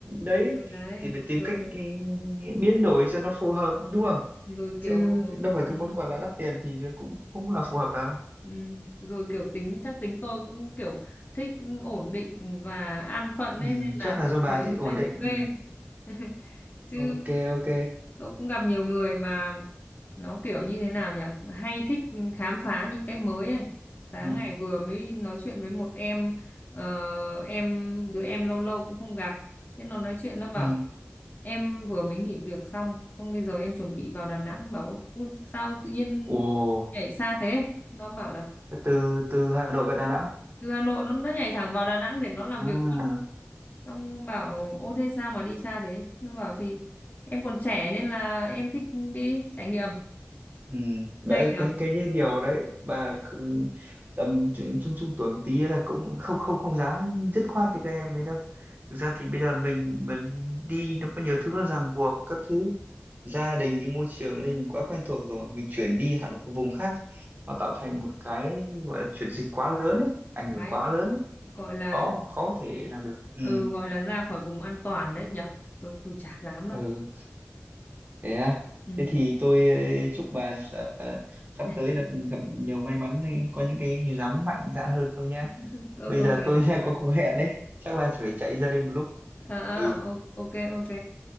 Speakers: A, on the right (about 40°); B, on the left (about 35°).
A: đấy
B: ừ, đấy
A: thì phải tìm
B: rồi
A: cách ừ, biến đổi cho nó phù hợp đúng không
B: rồi
A: chứ
B: kiểu
A: đâu phải
B: ừ,
A: cứ món quà là đắt tiền thì nó cũng cũng là phù hợp đâu
B: ừ, rồi kiểu tính chắc tính tôi cũng kiểu thích ổn định và an phận
A: ừ,
B: ấy nên là
A: chắc là
B: tôi
A: do bà
B: thấy ở
A: thích ổn
B: đây
A: định
B: ok
A: ừ.
B: <laughs> chứ
A: ok ok
B: tôi cũng gặp nhiều người mà nó kiểu như thế nào nhỉ hay thích khám phá những cái mới ấy sáng
A: ừ.
B: ngày vừa mới nói chuyện với một em ờ, em đứa em lâu lâu cũng không gặp thế nó nói chuyện nó bảo
A: Ừ.
B: em vừa mới nghỉ việc xong xong bây giờ em chuẩn bị vào Đà Nẵng bảo ui sao tự nhiên
A: Ồ,
B: nhảy xa thế nó bảo là
A: từ từ Hà Nội và Đà Nẵng
B: từ Hà Nội nó nó nhảy thẳng vào Đà Nẵng để nó làm
A: à
B: việc luôn xong bảo ô thế sao mà đi xa thế nó bảo thì em còn trẻ nên là em thích đi trải nghiệm
A: Ừ, đấy
B: hay nhở
A: có những cái điều đấy bà cứ- tầm trung trung trung tuổi một tí là cũng không không không dám dứt khoát như các em ấy đâu thực ra thì bây giờ mình mình đi nó có nhiều thứ nó ràng buộc các thứ gia đình cái môi trường ở đây mình quá quen thuộc rồi mình chuyển đi hẳn một cái vùng khác nó tạo thành một cái gọi là chuyển dịch quá lớn ấy ảnh
B: cái
A: hưởng quá lớn
B: gọi là
A: khó khó thể làm được ừ.
B: ừ, gọi là ra khỏi vùng an toàn đấy nhở tôi tôi chả dám đâu
A: Ừ. Thế à?
B: ừ.
A: Thế thì tôi ờ, chúc bà s- ờ, sắp
B: ừ.
A: tới được gặp nhiều may mắn, có những cái dám mạnh dạn hơn không nhá.
B: <laughs> tôi
A: Bây
B: cố
A: giờ
B: gắng
A: tôi <laughs> có cuộc hẹn đấy, chắc là phải chạy ra đây một lúc.
B: à,
A: Ừ,
B: à, ô- ok ok